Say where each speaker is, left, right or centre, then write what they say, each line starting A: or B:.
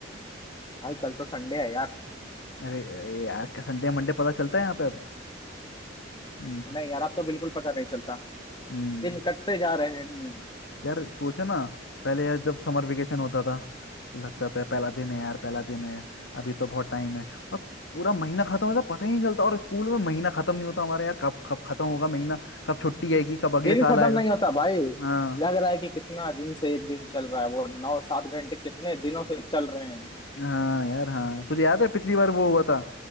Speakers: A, on the left (about 25°); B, on the left (about 70°).
A: भाई, कल तो संडे है यार
B: अरे अरे यार संडे मंडे पता चलता है यहाँ पे अब हम्म
A: नहीं यार अब तो बिल्कुल पता नहीं चलता
B: हम्म
A: दिन कटते जा रहे हैं
B: यार सोचा ना पहले यार जब समर वेकेशन होता था कि लगता था पहला दिन है यार पहला दिन है अभी तो बहुत टाइम है और पूरा महीना खत्म होता पता ही नहीं चलता और स्कूल में महीना खत्म नहीं होता हमारा यार कब कब खत्म होगा महीना कब छुट्टी आएगी कब अगले
A: दिन
B: साल
A: खत्म
B: आएगा
A: नहीं होता भाई
B: हाँ
A: लग रहा है कि कितना दिन से एक दिन चल रहा है वो नौ सात घंटे कितने दिनों से चल रहे हैं
B: हाँ यार हाँ तुझे याद है पिछली बार वो हुआ था